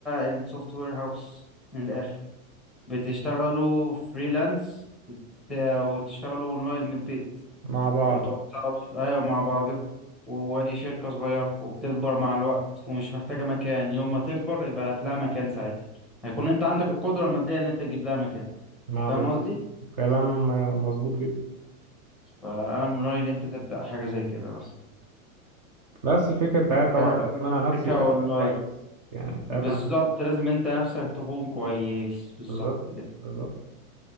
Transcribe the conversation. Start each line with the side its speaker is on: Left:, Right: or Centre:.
Centre: السوفت وير هاوس من الآخر بتشتغلوا فريلانس وتشتغلوا اونلاين من البيت
Right: مع بعض
Centre: وتوزعوا ف- ايوه مع بعضكم وادي شركة صغيرة وبتكبر مع الوقت ومش محتاجة مكان يوم ما تكبر يبقى هات لها مكان ساعتها هيكون انت عندك القدرة المادية ان انت تجيب لها مكان
Right: مع
Centre: فاهم
Right: ب...
Centre: قصدي؟
Right: كلام مظبوط جدا
Centre: فانا من رأيي ان انت تبدأ حاجة زي كده
Right: بس الفكره بتاعتي طبعا
Centre: مثلا
Right: لازم انا نفسي
Centre: شركة أونلاين
Right: ابقى كويس يعني انت
Centre: بالظبط
Right: عارف أنا-
Centre: لازم أنت نفسك تكون كويس بالظبط
Right: بالظبط
Centre: كده
Right: بالظبط